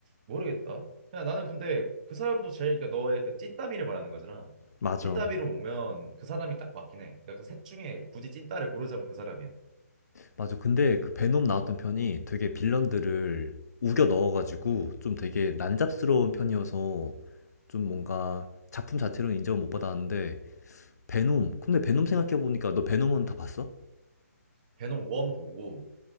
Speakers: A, on the right (about 30°); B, on the left (about 80°).
A: 모르겠다. 그냥 나는 근데 그 사람도 제일 그러니까 너의 그 찐따비를 말하는 거잖아.
B: 맞아
A: 찐따비로 오면 그 사람이 딱 맞긴 해. 그러니까 그 셋 중에 굳이 찐따를 고르자면 그 사람이야.
B: 맞아. 근데 그 베놈 나왔던 편이 되게 빌런들을 우겨 넣어가지고 좀 되게 난잡스러운 편이어서 좀 뭔가 작품 자체로는 인정을 못 받았는데 베놈. 근데 베놈 생각해보니까 너 베놈은 다 봤어?
A: 배는원 보고